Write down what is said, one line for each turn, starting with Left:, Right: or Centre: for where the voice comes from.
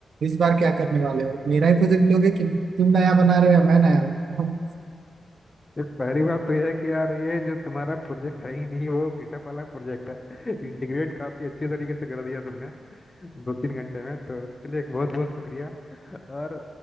Right: इस बार क्या करने वाले हो मेरा ही प्रोजेक्ट लोगे कि तुम नया बना रहे हो या मैं नया बना रहा हूँ
Left: ये पहली बात तो यह है कि यार ये जो तुम्हारा प्रोजेक्ट है ही नहीं वो गिटअप वाला प्रोजेक्ट है <laughs> इंटीग्रेट काफी अच्छे तरीके से कर दिया तुमने दो तीन घंटे में तो उसके लिए बहुत बहुत शुक्रिया और